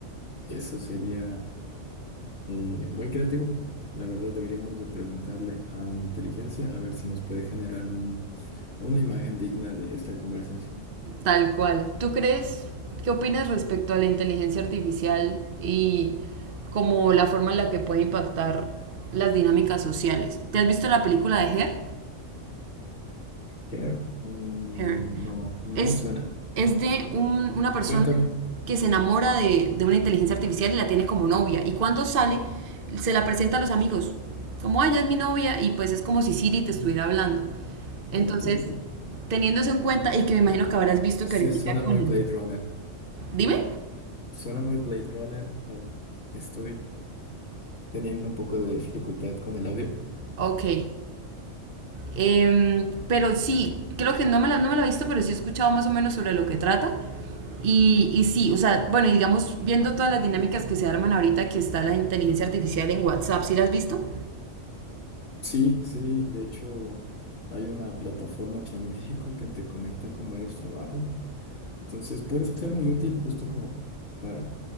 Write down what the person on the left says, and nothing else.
eso sería eh, muy creativo. La verdad deberíamos de preguntarle a una inteligencia a ver si nos puede generar un- una imagen digna de esta conversación.
Que, mm,
no, no
me suena.
Cuéntame.
Entiendo.
Se
suena muy
Blade
Runner.
Suena muy Blade Runner. Ay, Estoy teniendo un poco de dificultad con el audio.
Sí, sí, de hecho hay una plataforma aquí en México que te conecta con varios trabajos. Entonces puede ser muy útil justo como para